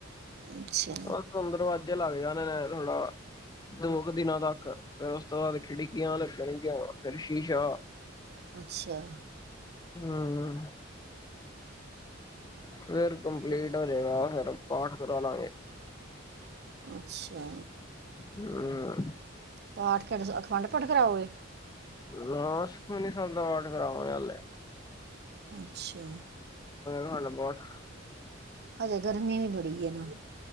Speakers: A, on the right; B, on the left.
A: ਅੱਛਾ
B: ਬਸ ਹੁਣ ਦਰਵਾਜੇ ਲੱਗ ਜਾਣੇ ਨੇ ਥੋੜਾ ਦੋ ਕੁ ਦਿਨਾਂ ਤੱਕ ਫੇਰ ਉਸ ਤੋਂ ਬਾਅਦ ਖਿੜਕੀਆਂ ਲੱਗਣਗੀਆਂ ਫੇਰ ਸ਼ੀਸ਼ਾ
A: ਅੱਛਾ।
B: ਹਮ। ਫੇਰ ਕੰਪਲੀਟ
A: ਤੇ-
B: ਹੋਜੇਗਾ ਫਿਰ ਪਾਠ ਕਰਾ ਲਾਂਗੇ।
A: ਅੱਛਾ
B: ਹਮ
A: ਪਾਠ ਕੇਡ ਅਖੰਡ ਪਾਠ ਕਰਾਓ ਗੇ
B: ਲਾਸ ਸੁੱਖਮਨੀ ਸਾਹਿਬ ਦਾ ਪਾਠ ਕਰਾਵਾਂਗੇ ਹਲੇ
A: ਅੱਛਾ
B: ਅਖੰਡ ਪਾਠ
A: ਹਜੇ ਗਰਮੀ ਵੀ ਬੜੀ ਹੈ ਨਾ